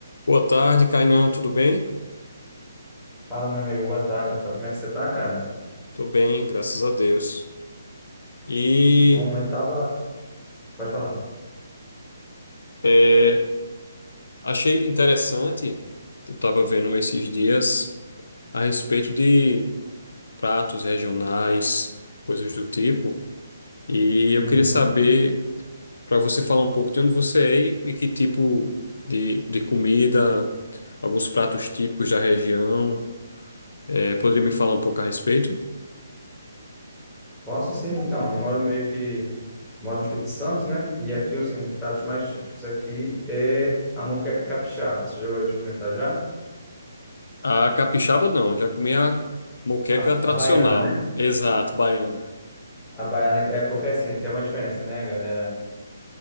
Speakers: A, on the left; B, in the centre.
A: Boa tarde, Kainan, tudo bem?
B: Fala, meu amigo. Boa tarde, Rafael. Como é que você tá, cara?
A: Tô bem, graças a Deus. E
B: Que bom. Eu tava... Pode falar.
A: é, achei interessante, eu estava vendo esses dias a respeito de pratos regionais, coisas do tipo, e eu
B: Uhum.
A: queria saber, para você falar um pouco de onde você é e, e que tipo de, de comida, alguns pratos típicos da região, é, poderia me falar um pouco a respeito?
B: Posso sim, então. Eu moro meio que... Moro no Espírito Santo, né? E aqui, assim, um dos pratos mais típicos aqui é a moqueca capixaba. Você já vai experimentar já?
A: A capixaba não, já comi a moqueca
B: A,
A: tradicional,
B: a baiana, né?
A: exato, baiana.
B: A baiana... É é porque, assim, tem uma diferença, né, galera?